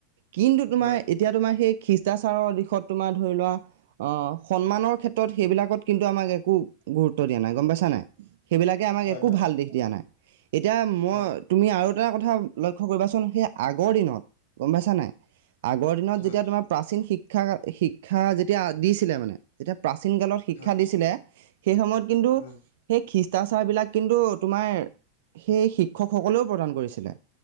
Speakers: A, on the right; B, on the left.
A: কিন্তু তোমাৰ
B: হয়
A: এতিয়া তোমাৰ সেই খ্ৰীষ্টাচাৰৰ দিশত তোমাৰ ধৰি লোৱা আহ, সন্মানৰ ক্ষেত্ৰত সেইবিলাকত কিন্তু আমাক একো গুৰুত্ব দিয়া নাই গম পাইছা নে নাই। সেইবিলাকে আমাক
B: হয়
A: একো
B: হয়
A: ভাল দিশ দিয়া নাই, এতিয়া মই
B: হয়
A: তুমি আৰু দু-এটা কথা লক্ষ্য কৰিবাচোন, সেই আগৰ দিনত গম পাইছ নাই। আগৰ দিনত
B: হয়
A: যেতিয়া তোমাৰ প্ৰাচীন শিক্ষা, শিক্ষা যেতিয়া দিছিলে মানে যেতিয়া প্ৰাচীন কালত শিক্ষা
B: হয়
A: দিছিলে, সেই সময়ত কিন্তু
B: হয়
A: সেই খ্ৰীষ্টাচাৰবিলাক কিন্তু তোমাৰ সেই শিক্ষকসকলেও প্ৰদান কৰিছিলে।